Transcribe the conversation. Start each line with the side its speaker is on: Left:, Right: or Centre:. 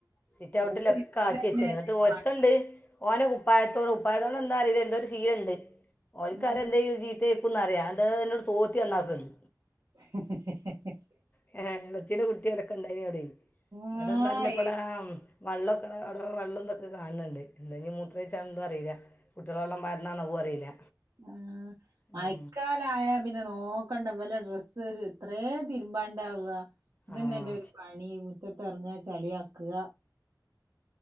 Left: സിറ്റൗട്ട്ലൊക്കെ
Right: ഓൽക്കന്നെ
Left: ആക്കി വെച്ചെന്ന് ഇന്നിട്ട്
Right: പണി
Left: ഒർത്തണ്ട് ഓനെ കുപ്പായത്തോണ്ട ഉപ്പായത്തോണ്ട എന്താന്നറീല്ല എന്തോര് ശീലണ്ട് ഓൽക്കറിയ
Right: ഉം
Left: എന്തെ ചീത്തെ ക്കുന്നറിയ ഇണ്ട് എന്നോട് തോത്തി നന്നാക്ക്ൺണ്ട്
Right: <inaudible> <unintelligible>
Left: ഹെ ഹെ എളയ്ച്ചന്റകുട്ടി ഓലക്ക ക ഇണ്ടായ്നു അവടെ
Right: ആഹ്
Left: അതെന്തല്ലപ്പടാ വെള്ളക്ക്ണ അവട വള്ളം ഇതൊക്ക കാൺണ്ണ്ട് ഇല്ലെങ്കി മൂത്രൊയ്ച്ചന്നും അറീല്ല കുട്ടീള് വള്ളം പാർന്നത അതും അറിയില്ല
Right: ആഹ് മഴക്കാ
Left: ഉം.
Right: ലായ പിന്ന നോക്കണ്ട ഇവല ഡ്രസ്സ് ഒര് ഇത്രേ തിര്മ്പാണ്ടാവ ഇതെന്നെല്ലൊരു
Left: ആ
Right: പണി മുറ്റത്തെറ്ങ്ങ ചളിയാക്ക്യ <inaudible>